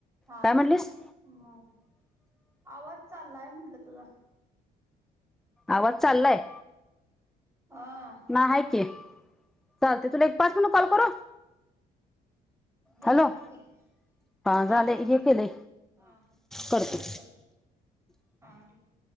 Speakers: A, on the right; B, in the centre.
A: हा.
B: काय म्हटलीस
A: मग. आवाज चाललाय म्हंटलं तुझा.
B: आवाज चाललाय?
A: हा
B: नाही आहे की. चालतंय तुला एक पाच मिनिटानं कॉल करू.
A: बरं
B: हॅलो
A: बर कर.
B: झाले
A: हा बोल
B: हे
A: की.
B: केले
A: हा
B: करतो
A: कर कर. हा ठीक आहे.